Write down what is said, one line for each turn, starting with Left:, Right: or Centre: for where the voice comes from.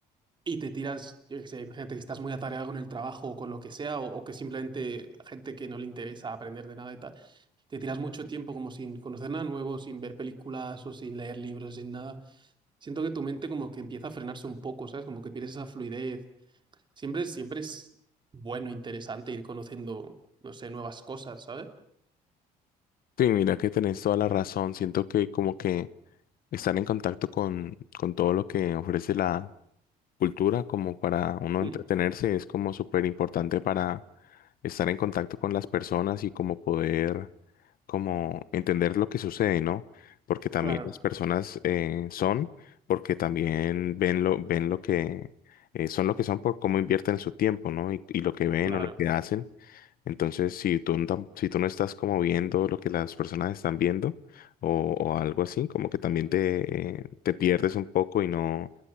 Right: y te tiras, yo qué sé, imagínate que estás muy atareado con el trabajo o con lo que sea, o, o que simplemente gente que no le interesa aprender de nada y tal te tiras mucho tiempo como sin conocer nada nuevo, sin ver películas o sin leer libros, sin nada. Siento que tu mente como que empieza a frenarse un poco, ¿sabes? Como que pierdes esa fluidez. Siempre, siempre es bueno, interesante ir conociendo, no sé, nuevas cosas, ¿sabes?
Left: Sí, mira que tenés toda la razón. Siento que como que estar en contacto con, con todo lo que ofrece la, cultura como para uno
Right: Mm,
Left: entretenerse es como súper importante para estar en contacto con las personas y como poder como entender lo que sucede, ¿no? Porque también
Right: Claro.
Left: las personas eh, son, porque también ven lo, ven lo que eh, son lo que son por cómo invierten su tiempo, ¿no? Y, y lo que ven
Right: claro,
Left: o lo que hacen. Entonces, si tú, no tam- si tú no estás como viendo lo que las personas están viendo o, o algo así, como que también te, eh, te pierdes un poco y no